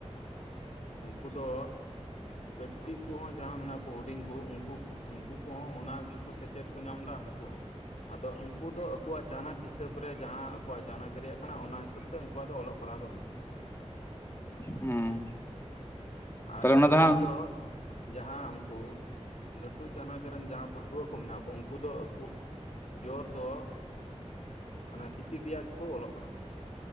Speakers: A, on the left; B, on the left.
A: ᱩᱱᱠᱩ ᱫᱚ ᱠᱟᱹᱴᱤᱡ ᱠᱩ-ᱦᱚᱸ ᱡᱟᱦᱟᱸ ᱢᱮᱱᱟ-ᱜ ᱠᱩ, ᱦᱩᱰᱤᱧ ᱠᱩ ᱩᱱᱠᱩ ᱩᱱᱠᱩ ᱠᱚᱼᱦᱚᱸ ᱚᱱᱟ᱾ ᱜᱮᱠᱩ ᱥᱮᱪᱮᱫ ᱠᱩ ᱧᱟᱢ ᱮᱫᱟ ᱩᱱᱠᱩ ᱦᱚᱸ ᱟᱫᱚ ᱩᱱᱠᱩ ᱫᱚ ᱟᱠᱩᱣᱟ-ᱜ ᱪᱟᱱᱟᱪ ᱦᱤᱥᱟᱹᱵᱽ ᱨᱮ ᱾ ᱡᱟᱦᱟᱸ ᱟᱠᱩᱣᱟ-ᱜ ᱪᱟᱱᱟᱪ ᱨᱮᱭᱟᱜ ᱠᱟᱱᱟ᱾ ᱚᱱᱟ ᱦᱤᱥᱟᱹᱵᱽ ᱛᱮ ᱩᱱᱠᱩᱣᱟ-ᱜ ᱫᱚ ᱚᱞᱚᱜ ᱯᱟᱨᱦᱟᱣ ᱫᱚ ᱦᱩᱭᱩᱜ ᱠᱟᱱᱟ᱾
B: ᱦᱩᱸ
A: ᱟᱨ
B: ᱛᱟᱦᱚᱞᱮ ᱚᱱᱟ
A: ᱰᱷᱮᱨ
B: ᱦᱟᱸᱜ
A: ᱫᱚ ᱡᱟᱦᱟᱸ ᱩᱱᱠᱩ ᱞᱟᱹᱴᱩ ᱪᱟᱱᱟᱪ ᱨᱮᱱ᱾ ᱡᱟᱦᱟᱸ ᱯᱟᱹᱴᱷᱩᱣᱟᱹ ᱠᱚ ᱢᱮᱱᱟᱜ ᱠᱚ᱾ ᱩᱱᱠᱩ ᱫᱚ ᱟᱠᱩ ᱡᱚᱨ ᱫᱚ ᱚᱱᱟ ᱪᱤᱠᱤ ᱛᱤᱭᱟ-ᱜ ᱜᱮᱠᱚ ᱚᱞᱚᱜ ᱠᱟᱱᱟ